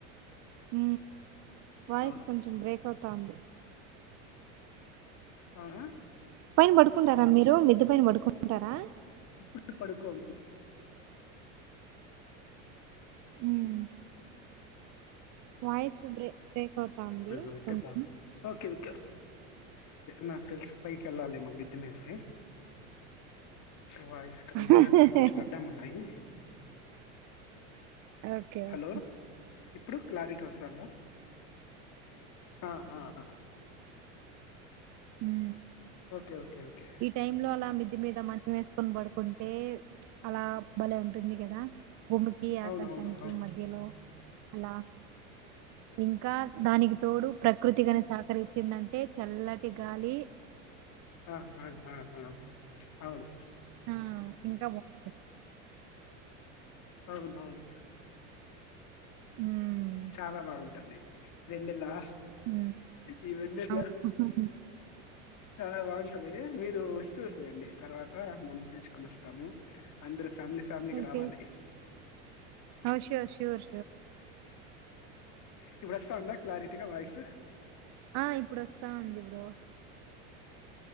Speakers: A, on the right; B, on the left.
A: హ వాయిస్
B: అవును
A: కొంచెం బ్రేక్ అవుతా ఉంది
B: అవునా
A: పైన పడుకుంటారా మీరు మిద్ద పైన పడుకుంటారా
B: ఇప్పుడు పడుకో
A: మ్మ్ వాయిస్ బ్రే బ్రేక్ అవుతా ఉంది
B: ఇప్పుడు ఉంటే
A: కొంచెం
B: బాగు ఓకే ఓకే నాకు తెలిసి పైకి వెళ్లాలేమో మిద్ద మీదికి మి వాయిస్ ఇక్కడ ఇల్లంతా
A: ఓకే
B: కొంచెం అడ్డంగా ఉన్నాయి
A: ఓకే
B: హలో
A: ఓకే
B: ఇప్పుడు క్లారిటీ వస్తాందా ఆ ఆ ఆ
A: ఉ
B: ఓకే ఓకే ఓకే
A: ఈ టైం లో అలా మిది మీద మంచం వేసుకొని పడుకుంటే అలా బలే ఉంటుంది కదా భూమికి ఆకాశానికి
B: అవును అవును అవును
A: మధ్యలో అలా ఇంకా దానికి తోడు ప్రకృతిగాని సహకరిఇచ్చిందంటే చల్లటి గాలి
B: ఆఆ అ అవును
A: ఆ ఇంకా బాగు
B: అవును అవును
A: మ్మ్
B: చాలా బాగుంటుంది వెన్నల్లా
A: మ్మ్
B: ఈ వెన్నెల్లో
A: అవును
B: చాలా బాగుంటది మీరు వస్తూ ఉండండి తర్వాత మనం పిలుచుకొని వస్తాము అంద ఫ్యామిలీ ఫ్యామిలీకి
A: ఓకే
B: రావాలి
A: ఓ శ్యూర్ శ్యూర్
B: ఇప్పుడు వస్తా ఉందా క్లారిటీగా వయిస్
A: ఆ ఇప్పుడు వస్తా ఉంది బ్రో